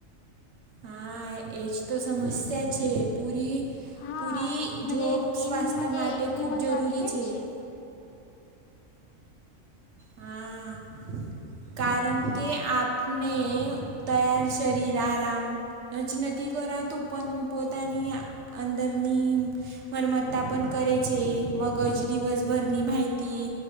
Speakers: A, on the right (about 60°); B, on the left (about 80°).
A: હા એજ તો સમસ્યા છે પૂરી
B: હા
A: પૂરી જોબ
B: મજે નીંદ
A: સ્વાસ્થ્ય
B: મજે
A: માટે
B: એટલી
A: ખૂબ
B: મહત્ત્વની
A: જરૂરી
B: કેમ
A: છે. હા. કારણ કે આપને તૈયાર શરીર આરામ રજ નથી કરાતું પણ પોતાની અંદરની મરમત્તા પણ કરે છે મગજ દિવસ ભરની માહિતી